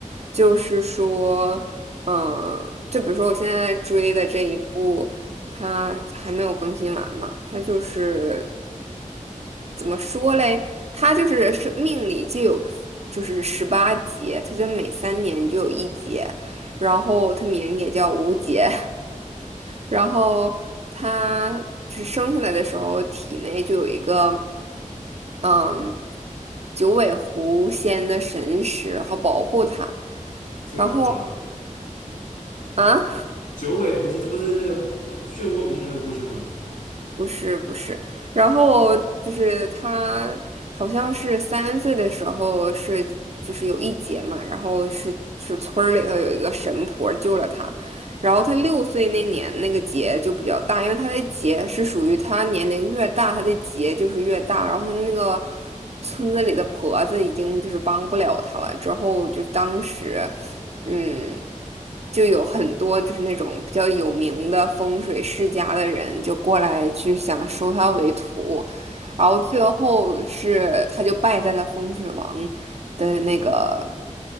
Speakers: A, on the right; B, on the left.
A: 就是说，嗯，就比如说我现在追的这一部，它还没有更新完嘛，它就是怎么说嘞？它就是生命里就有就是十八节，它就每三年就有一节，然后它名也叫无节。
B: 嗯，
A: 然后它只生下来的时候，体内就有一个嗯九尾狐仙的神识，好保护他。
B: 这个呃，
A: 然后啊，
B: 九尾狐仙，这不是那个漩涡鸣人的故事吗？
A: 不是不是，然后就是他好像是三岁的时候是就是有一劫嘛，然后是是村儿里头有一个神婆救了他。然后他六岁那年那个劫就比较大，因为他的劫是属于他年龄越大，他的劫就是越大。然后他那个村子里的婆子已经就是帮不了他了，之后就当时，嗯，就有很多就是那种比较有名的风水世家的人就过来去想收他为徒。
B: 嗯，
A: 然后最后是他就败在了风水王的那个